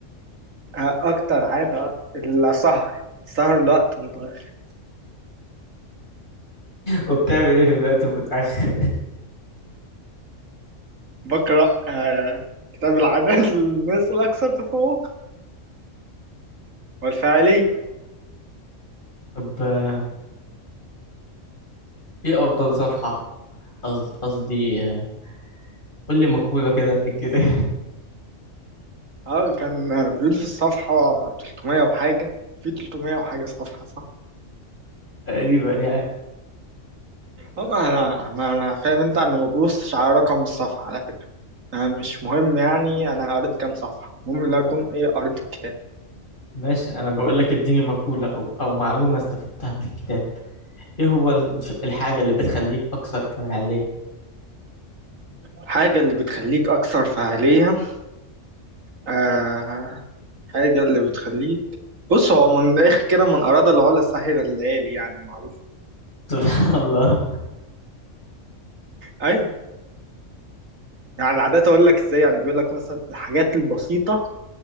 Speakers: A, on the right; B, on the left.
A: آه أكتر عادة السهر سهر لوقت متأخر
B: وبتعمل ايه في الوقت المتأخر <laughs>
A: بقرأ آه كتاب العادات <laughs> للناس الأكثر تفوقا والفعلية
B: طب آه، ايه افضل صفحة قصدي قصدي آه، قول لي مقولة كده من الكتاب
A: اه كان آه، بيقول في الصفحة 300 وحاجة في 300 وحاجة صفحة صح؟
B: <laughs> تقريبا يعني
A: اه ما انا ما انا فاهم انت انا ما ببصش على رقم الصفحة على فكرة أنا مش مهم يعني أنا قريت كام صفحة المهم لا أكون إيه قريت الكتاب
B: ماشي أنا بقول لك اديني مقولة أو أو معلومة استفدتها من الكتاب إيه هو الف- الحاجة اللي بتخليك أكثر فعالية
A: الحاجة اللي بتخليك أكثر فاعلية آه حاجة اللي بتخليك بص هو من الآخر كده من أراد العلا سهر الليالي يعني معروف
B: <laughs> سبحان الله
A: أيوه يعني عادة أقول لك إزاي يعني بيقول لك مثلا الحاجات البسيطة